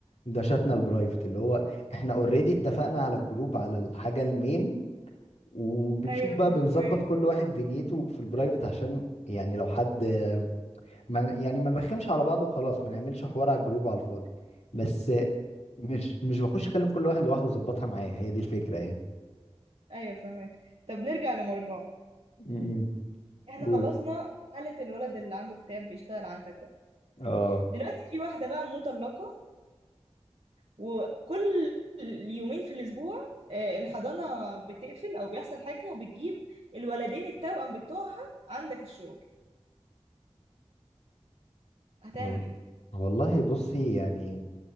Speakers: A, on the left (about 80°); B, on the right (about 65°).
A: ده شاتنا البرايفت اللي هو احنا اوريدي اتفقنا على الجروب على الحاجه المين وبنشوف
B: ايوه
A: بقى
B: فاهمك
A: بنظبط كل واحد دنيته في البرايفت عشان يعني لو حد ما يعني ما نرخمش على بعض وخلاص ما نعملش حوار على الجروب على الفاضي بس مش مش بخش اكلم كل واحد لوحده واظبطها معايا هي دي الفكرة يعني
B: ايوه فاهمك طب نرجع لمرجان
A: امم
B: احنا
A: قول
B: خلصنا حالة الولد اللي عنده اكتئاب بيشتغل عندك ده
A: اه
B: دلوقتي في واحدة بقى مطلقة وكل يومين في الاسبوع آه، الحضانة بتقفل او بيحصل حاجة وبتجيب الولدين التوأم بتوعها عندك الشغل هتعمل
A: وال-
B: ايه؟
A: والله بصي يعني